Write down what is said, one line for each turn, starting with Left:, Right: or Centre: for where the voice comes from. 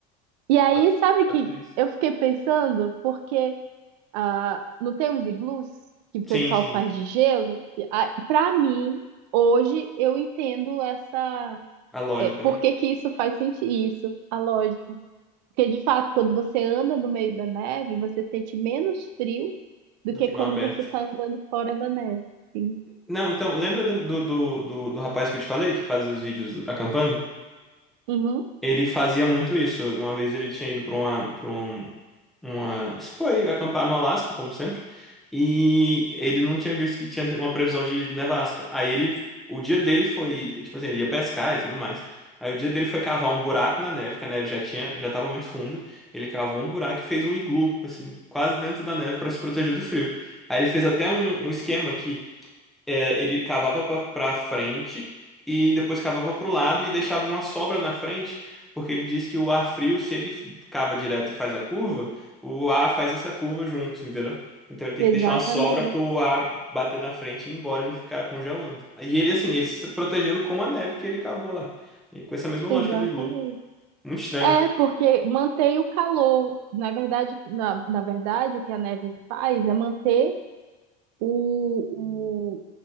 Right: E aí,
Centre: Pode, ser-
Right: sabe
Centre: pode
Right: que
Centre: ser isso.
Right: eu fiquei pensando, porque. Ah, não tem os iglus que o pessoal
Centre: Sim, sim.
Right: faz de gelo? Para mim, hoje eu entendo essa,
Centre: A lógica,
Right: é,
Centre: né?
Right: por que que isso faz sentido, isso, a lógica. Porque de fato, quando você anda no meio da neve, você sente menos frio do
Centre: Do
Right: que
Centre: que
Right: quando
Centre: não aberto.
Right: você está andando fora da neve. Sim.
Centre: Não, então, lembra do, do, do, do, do rapaz que eu te falei que fazia os vídeos acampando?
Right: Uhum.
Centre: Ele fazia muito isso. Uma vez ele tinha ido para uma, para uma. se Foi acampar no Alasca, como sempre. E ele não tinha visto que tinha uma previsão de nevasca. Aí ele. O dia dele foi. Tipo assim, ele ia pescar e tudo mais. Aí o dia dele foi cavar um buraco na neve, que a neve já tinha, já tava muito funda. Ele cavou um buraco e fez um iglu, assim, quase dentro da neve para se proteger do frio. Aí ele fez até um, um esquema aqui é, ele cavava pra pra frente e depois cavava pro lado e deixava uma sobra na frente, porque ele diz que o ar frio, se ele cava direto e faz a curva, o ar faz essa curva junto, entendeu? Então ele tem
Right: Exatamente.
Centre: que deixar uma sobra pro ar bater na frente e ir embora e não ficar congelando. E ele, assim, ele se protegendo com a neve que ele cavou lá. E com essa mesma lógica
Right: Exatamente.
Centre: do iglu. Muito estranho,
Right: É,
Centre: né?
Right: porque mantém o calor. Na verdade, na, na verdade, o que a neve faz é manter o,